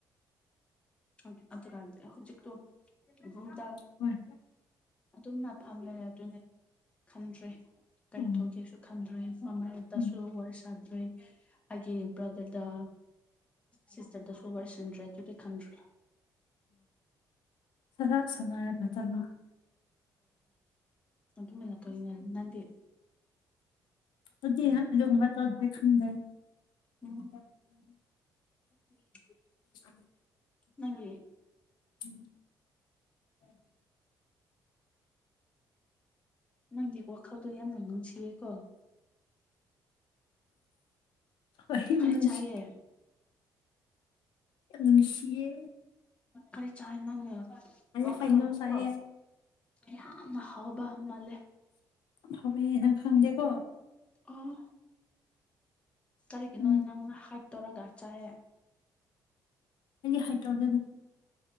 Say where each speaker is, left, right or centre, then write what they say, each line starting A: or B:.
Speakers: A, on the left; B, on the left.
A: ꯑꯗꯨ ꯑꯨꯗꯨꯒ ꯍꯥꯢꯕꯗꯤ ꯍꯨꯖꯤꯛꯇꯣ ꯔꯨꯝꯗ
B: ꯍꯣꯏ
A: ꯑꯗꯨꯝꯅ ꯐꯝ ꯂꯩꯔꯦ ꯑꯗꯨꯅꯦ ꯈꯪꯗ꯭ꯔꯦ ꯀꯔꯤ
B: ꯎꯝ
A: ꯇꯧꯒꯦꯁꯨ ꯈꯪꯗ꯭ꯔꯦ ꯃꯃꯥꯢꯇꯁꯨ
B: ꯎꯝ
A: ꯋꯥꯔꯤ ꯁꯥꯗ꯭ꯔꯦ ꯑꯩꯒꯤ ꯕ꯭ꯔꯥꯗꯔꯗꯥ ꯁꯤꯁꯇꯔꯗꯁꯨ ꯋꯥꯔꯤ ꯁꯥꯟꯗ꯭ꯔꯦ ꯑꯗꯨꯗꯤ ꯈꯪꯗ꯭ꯔꯦ
B: ꯁꯒꯥꯛ ꯁꯥꯟꯅꯔꯒ ꯆꯪꯉꯣ
A: ꯑꯣ <unintelligible> ꯅꯗꯤ
B: ꯑꯩꯗꯤ ꯑꯗꯨꯒꯨꯝꯕ ꯇꯧꯗꯦ ꯈꯟꯗꯦ <unintelligible>
A: ꯎꯝ <inaudible>
B: <inaudible>
A: ꯅꯪꯒꯤ
B: ꯎꯝ <unintelligible>
A: ꯅꯪꯒꯤ ꯋꯈꯜ ꯇꯣ ꯌꯥꯝꯅ ꯅꯨꯡꯁꯤꯌꯦ ꯀꯣ
B: ꯑꯍꯤꯝꯁ
A: ꯀꯔꯤ ꯆꯥꯏꯌꯦ
B: ꯌꯥꯝ ꯅꯨꯡꯁꯤꯌꯦ
A: ꯀꯔꯤ ꯆꯥꯏ ꯅꯪꯉꯦ
B: ꯑꯩ
A: ꯋꯥꯈꯜꯗꯀꯣ
B: ꯍꯩꯅꯧ ꯆꯥꯏꯌꯦ
A: ꯌꯥꯝꯅ ꯍꯥꯎꯕ ꯃꯥꯜꯂꯦ
B: ꯐꯕꯅꯦ ꯅꯪ ꯈꯪꯗꯦꯀꯣ
A: ꯑꯣ ꯀꯔꯤꯒꯤꯅꯣ
B: ꯎꯝ
A: ꯅꯪꯅ ꯍꯥꯏꯠ ꯇꯧꯔꯒ ꯆꯥꯏꯌꯦ
B: ꯑꯩꯗꯤ ꯍꯥꯏꯠ ꯇꯧꯗꯦꯗ